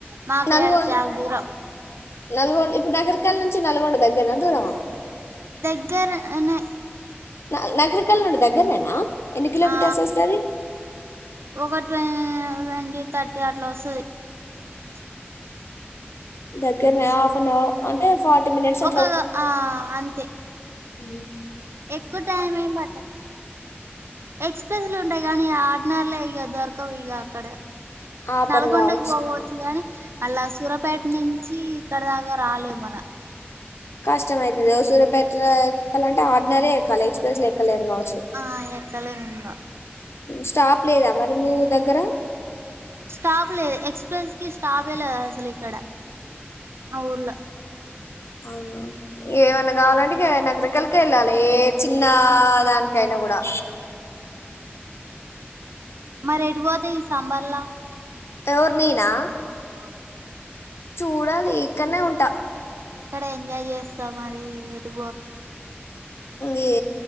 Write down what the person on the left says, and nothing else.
నల్గొండ
నల్గొండ ఇప్పుడు నకిరెకల్ నుంచి నల్గొండ దగ్గరనా దూరం
నా నకిరెకల్ దగ్గర నేనా ఎన్ని కిలోమీటర్స్
వస్తది
దగ్గరనే హాఫ్ న్అవర్ అంటే <inaudible> మినిట్స్
అ
ఆపర్
కావచ్చు
కష్టం అవుతుంది సూర్యపేట ఎక్కాలంటే ఆర్డినరే ఎక్కాలి ఎక్స్ప్రెస్ లో ఎక్కలేరు --
స్టాప్ లేదా మరి మీ దగ్గర
అవును ఏమన్నా
కావాలంటేనకర చక్కలకి వెళ్ళాలి చిన్న దానికైనా కూడా
ఎవరు నేనా
చూడ ఈకన్న ఉంట
ఇే